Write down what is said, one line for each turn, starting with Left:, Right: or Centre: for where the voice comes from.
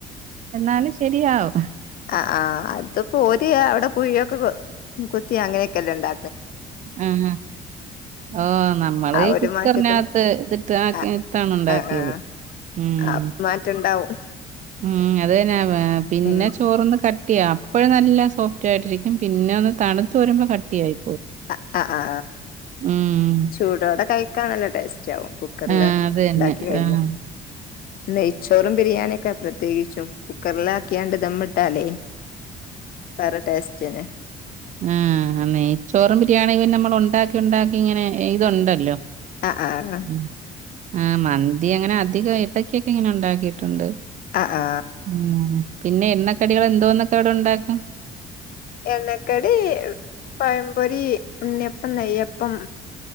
Right: എന്നാലും ശരിയാകും
Left: ആ ആ അതിപ്പോ ഓര് അവിടെ കുഴിയ <unintelligible> കുത്തി അങ്ങനെയെക്കെ എല്ലെ എണ്ടാ
Right: ഇം ഓ നമ്മള്
Left: ആ
Right: ഈ
Left: ഒരു
Right: കുക്കറിനകത്ത്
Left: മാറ്റത്തിന്
Right: ഇതിട്ട് ആക്കി
Left: ആഹ്
Right: ഇട്ടാണ് ഇണ്ടാക്കിയത്
Left: ആഹ് ആഹ്
Right: ഉം
Left: ആ മാറ്റണ്ടാവും
Right: ഉം അതന്നെ അ ഏഹ് പിന്നെ
Left: ഉം
Right: ചോറൊന്ന് ക ട്ടിയാ അപ്പഴ് നല്ല സോഫ്റ്റ് ആയിട്ടിരിക്കും. പിന്നെ ഒന്ന് തണുത്ത് വരുമ്പ കട്ടി ആയി
Left: അ അ ആ
Right: മ്മ്.
Left: ചൂടോടെ കഴി ക്കാൻ നല്ല ടേസ് റ്റാവും കുക്കറില്
Right: ആഹ്. അത് തന്നെ.
Left: ഇണ്ടാക്കി കഴിഞ്ഞ
Right: ആഹ്.
Left: നെയ്ച്ചോറും ബിരിയാണിയൊക്കെയ പ്രത്യേകിച്ചും കുക്കറിലാക്കിയാണ്ട് ദമ്മിട്ടാലേ <unintelligible> ടേസ് <unintelligible>
Right: ആ നെയ്ചോറും ബിരിയാണിയും പിന്നെ നമ്മൾ ഉണ്ടാക്കി ഉണ്ടാക്കി ഇങ്ങനെ ഇത് ഉണ്ടല്ലോ
Left: ആഹ് ആഹ്
Right: ഇത് അങ്ങനെ അധികം ഇടക്കൊക്കെ ഇങ്ങനെ ഉണ്ടാക്കിയിട്ടുണ്ട്
Left: ആ ആ
Right: മ്മ്. പിന്നെ എണ്ണക്കടികൾ എന്തോന്നൊക്കെ അവിടെ ഉണ്ടാക്കും
Left: എണ്ണക്കടി പഴംപൊരി, ഉണ്ണിയപ്പം, നെയ്യപ്പം